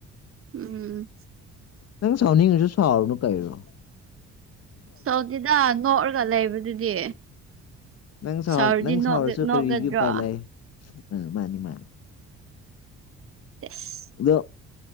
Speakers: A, on the right; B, on the left.
A: ꯎꯝ
B: ꯅꯪ ꯁꯥꯎꯅꯤ ꯉꯁꯨ ꯁꯥꯎꯅꯅꯨꯡ ꯀꯥꯏꯔꯣ
A: ꯁꯧꯗꯤꯗꯥ ꯅꯣꯛꯑꯒ ꯂꯩꯕꯗꯨꯗꯤ
B: ꯅꯪ ꯁꯥꯎ
A: ꯁꯥꯎꯔꯗꯤ
B: ꯅꯪ ꯁꯥꯎꯔꯁꯨ
A: ꯅꯣꯛꯒꯗ꯭ꯔꯣ
B: ꯀꯔꯤꯗꯤꯄꯥꯏ ꯂꯩꯑꯦ ꯑ ꯃꯥꯅꯤ ꯃꯥꯅꯤ
A: ꯑꯦꯁ
B: ꯑꯗꯣ